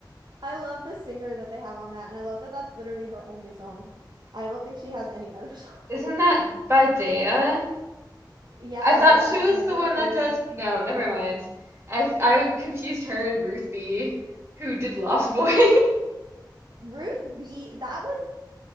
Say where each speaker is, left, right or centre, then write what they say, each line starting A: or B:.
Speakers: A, on the right; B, on the right.
A: I love the singer that they have on that, and I love that that's literally her only song. I don't think she has any other <laughs> song.
B: Isn't that by Daya?
A: Yeah,
B: I thought
A: but I've
B: she was
A: never
B: the one
A: heard.
B: that does. No, never mind. I I confused her and Ruth B, who did Lost Boy. <laughs>
A: Ruth B, that was